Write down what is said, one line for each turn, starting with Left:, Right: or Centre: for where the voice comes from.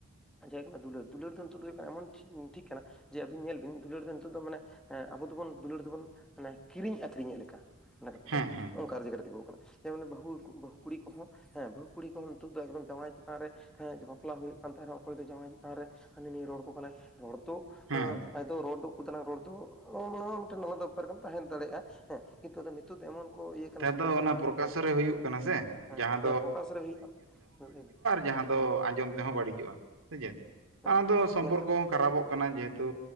Centre: ᱡᱟᱦᱟᱭ ᱦᱳᱭᱳᱜ ᱠᱟᱱᱟ ᱫᱩᱞᱟᱹᱲ, ᱫᱩᱞᱟᱹᱲ ᱫᱚ ᱱᱤᱛᱚᱜ ᱫᱚ ᱦᱩᱭᱩᱜ ᱠᱟᱱᱟ ᱮᱢᱚᱱ ᱴᱷᱤᱣ ᱴᱷᱤᱠ ᱠᱟᱱᱟ ᱾ ᱡᱮ ᱟᱵᱤᱱ ᱧᱮᱞ ᱵᱤᱱ ᱫᱩᱞᱟᱹᱲ ᱫᱚ ᱱᱤᱛᱚᱜ ᱫᱚ ᱢᱟᱱᱮ ᱦᱮᱸ ᱟᱵᱚ ᱫᱚᱵᱚᱱ ᱫᱩᱞᱟᱹᱲ ᱫᱚᱵᱚᱱ ᱚᱱᱟ ᱠᱤᱨᱤᱧ ᱟᱠᱷᱨᱤᱧᱮᱫ ᱞᱮᱠᱟ ᱚᱱᱟ ᱠᱟᱛᱷᱟ
Right: ᱦᱮᱸ
Centre: ᱫᱚ
Right: ᱦᱮᱸ
Centre: ᱚᱱᱠᱟ ᱡᱟᱭᱜᱟ ᱨᱮ ᱛᱮᱝᱜᱳ ᱠᱟᱱᱟ᱾ ᱡᱮ ᱩᱱᱤ ᱵᱟᱹᱦᱩ ᱵᱟᱹᱦᱩ ᱠᱩᱲᱤ ᱠᱚᱦᱚᱸ ᱦᱮᱸ ᱵᱟᱹᱦᱩ ᱠᱩᱲᱤ ᱠᱚᱦᱚᱸ ᱱᱤᱛᱚᱜ ᱫᱚ ᱮᱠᱫᱚᱢ ᱡᱟᱶᱟᱭ ᱪᱮᱛᱟᱱ ᱨᱮ ᱦᱮᱸ ᱵᱟᱯᱞᱟ ᱦᱩᱭᱩᱜ ᱠᱟᱱ ᱛᱟᱭ ᱨᱮᱦᱚᱸ ᱚᱠᱚᱭ ᱫᱚ ᱡᱟᱶᱟᱭ ᱪᱮᱛᱟᱱ ᱨᱮ ᱦᱟᱹᱱᱤ ᱱᱟᱹᱭᱮ ᱨᱚᱬ ᱟᱠᱚ ᱠᱟᱱᱟᱭ ᱨᱚᱬ ᱫᱚ
Right: ᱦᱮᱸ
Centre: ᱟᱸ ᱟᱭᱫᱚ ᱨᱚᱬ ᱫᱚ ᱩᱠᱩᱫᱟᱱᱟᱝ ᱨᱚᱬ ᱫᱚ <unintelligible> ᱴᱟᱱ ᱟᱞᱟᱫᱟ ᱵᱮᱯᱟᱨ ᱠᱟᱱᱟ ᱛᱟᱦᱮᱸ ᱫᱟᱲᱮᱭᱟᱜᱼᱟ ᱦᱮᱸ, ᱠᱤᱱᱛᱩ ᱟᱫᱚ ᱱᱤᱛ ᱛᱩᱫ ᱫᱚ ᱮᱢᱚᱱ ᱠᱚ ᱤᱭᱟᱹᱜ ᱠᱟᱱᱟ
Right: ᱱᱮᱛᱟᱨ
Centre: ᱥᱚᱫᱚᱨ
Right: ᱫᱚ
Centre: ᱥᱟᱢᱟᱝ
Right: ᱚᱱᱟ ᱯᱨᱚᱠᱟᱥᱚ
Centre: ᱠᱚᱨᱮ
Right: ᱨᱮ ᱦᱩᱭᱩᱜ
Centre: ᱦᱮᱸ
Right: ᱠᱟᱱᱟ ᱥᱮ ᱡᱟᱦᱟᱸ
Centre: ᱟᱯᱮᱭᱟᱜ ᱯᱚᱠᱟᱥᱨᱮ ᱦᱩᱭᱩᱜ ᱠᱟᱱᱟ <inaudible>
Right: ᱡᱟᱸᱦᱟᱸ ᱫᱚ ᱟᱸᱡᱚᱢ ᱛᱮᱦᱚᱸ ᱵᱟᱹᱲᱤᱡᱚᱜᱼᱟ ᱥᱮᱡᱮᱫ!
Centre: ᱦᱮᱸ
Right: ᱚᱱᱟᱫᱚ ᱥᱚᱢᱯᱚᱨᱠᱚ
Centre: ᱧᱮᱞ ᱛᱮ
Right: ᱦᱚᱸ ᱠᱷᱟᱨᱟᱵᱚᱜ ᱠᱟᱱᱟ ᱡᱮᱦᱮᱛᱩ